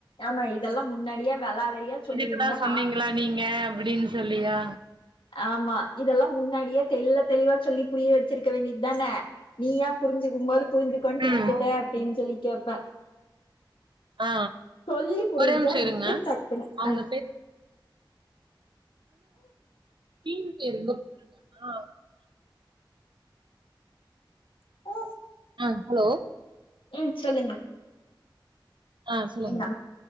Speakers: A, on the left; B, on the right.
A: ஆமா இதெல்லா முன்னாடியே வெளாவறியா சொல்லிருந்தா
B: இதுக்குதா சொன்னீங்களா
A: நானு
B: நீங்க அப்டின் சொல்லியா
A: ஆமா இதெல்லா முன்னாடியே தெல்ல தெளிவா சொல்லி புரிய வெச்சிருக்க வேண்டியது தான நீயா புரிஞ்சுக்கும்போது புரிஞ்சுக்கோண்டு
B: ம்
A: விட்டுட்ட அப்டின் சொல்லி கேப்பே
B: ஆ
A: சொல்லி புரிஞ்சா
B: ஒரே நிம்ஷ
A: வந்துட்டு
B: இருங்க
A: டக்குன்னு
B: ஆனா
A: அ
B: தீன் பேரு ஆ
A: போ
B: ஆ ஹலோ
A: ம் சொல்லுங்க
B: ஆ சொல்லுங்க
A: எங்க அம்மா